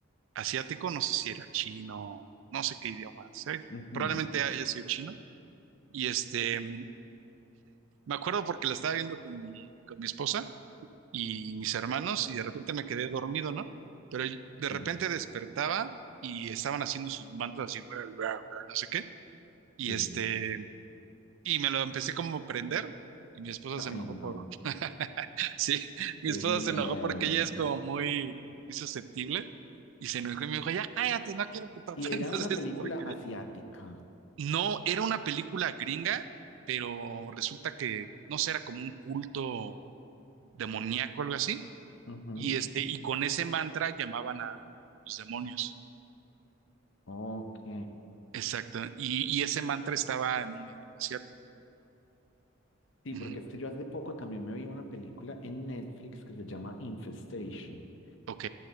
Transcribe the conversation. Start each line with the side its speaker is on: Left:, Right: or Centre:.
Right: asiático, no sé si era chino, no sé qué idioma, sé-
Left: ujú,
Right: probablemente haya sido chino. Y este, mm, me acuerdo porque la estaba viendo con mi, con mi esposa y mis hermanos y de repente me quedé dormido, ¿no? Pero y- de repente
Left: Sí.
Right: despertaba y estaban haciendo sus mantras así, "Ruah, ruah, ruah", no sé qué. Y
Left: sí.
Right: este, y me lo empecé como a prender y mi esposa
Left: Ay,
Right: se enojó
Left: no,
Right: por... <laughs> Sí, mi
Left: es
Right: esposa
Left: miedo.
Right: se enojó porque ella es como muy, muy susceptible y se enojó y me dijo, ya cállate, no quiero que te aprendas
Left: Y era una
Right: <laughs> esa
Left: película
Right: porquería.
Left: asiática.
Right: No, era una película gringa, pero resulta que, no sé, era como un culto demoníaco, algo así,
Left: Ujú,
Right: y, este, y con ese mantra llamaban a los demonios.
Left: Ok.
Right: Exacto, y, y ese mantra estaba en un idioma asiático.
Left: Sí,
Right: Ujú.
Left: porque es que yo hace poco también me vi una película en Netflix que se llama Infestation.
Right: Ok,